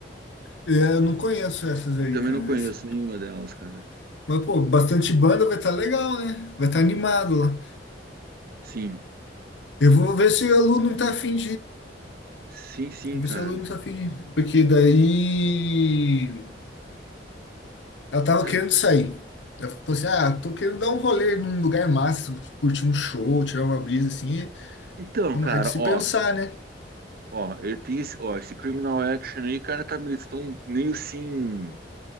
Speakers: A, on the left; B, on the right.
A: É, eu não conheço essas aí,
B: Também
A: cara.
B: não conheço
A: Essa-
B: nenhuma delas, cara.
A: Mas, pô, bastante banda vai estar legal, né? Vai estar animado lá.
B: Sim,
A: Eu vou ver se o aluno não tá afim
B: sim, sim,
A: Vou
B: cara.
A: ver se ela não tá afim Porque daí ela tava
B: É,
A: querendo sair. Ela falou assim: Ah, tô querendo dar um rolê num lugar massa, curtir um show, tirar uma brisa assim. É,
B: Então,
A: é uma-
B: cara,
A: é de se
B: ó,
A: pensar, né?
B: ó, eu tenho esse, ó, esse Criminal Action aí, cara, tá, eles estão meio assim,